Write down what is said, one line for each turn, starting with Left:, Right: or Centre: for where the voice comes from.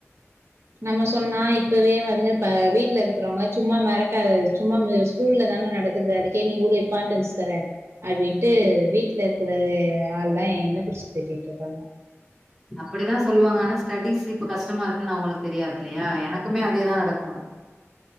Right: நம்ம சொன்னா இப்பவே வந்து வீட்ல இருக்கறவங்க சும்மா மெரட்டாத சும்மா ஸ்கூல்ல தான நடக்குது அதுக்கே நீ இவ்ளோ இம்பார்டன்ஸ் தர அப்டின்ட்டு வீட்ல இருக்கிற ஆள் லா என்ன புடிச்சு திட்டிட்டு இருக்காங்க
Centre: அப்டித்தா சொல்லுவாங்க ஆனா ஸ்டடிஸ் இப்ப கஷ்டமா இருக்குன்னு அவங்களுக்கு தெரியாது இல்லையா எனக்குமே அதேதா நடக்கு